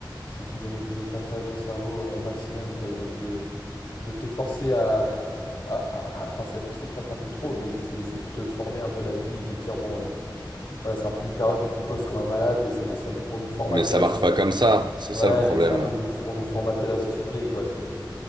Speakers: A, on the left; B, on the right.
A: c'est qu'ils veulent, ils veulent faire travailler ton cerveau euh, au maximum, quoi. Ils veulent te, ils veulent te forcer à, à- à- à- enfin, c'est c'est presque un peu trop, mais c'est c'est pour te former un peu à la vie et te dire, bon, euh, voilà, c'est un peu une période où tu bosses comme un malade et ça- et c'est un peu pour nous formater
B: Mais ça
A: à la
B: marche
A: société
B: pas comme ça, c'est
A: Ouais,
B: ça le problème.
A: mais c'est un peu nous, pour nous formater la société, quoi. C'est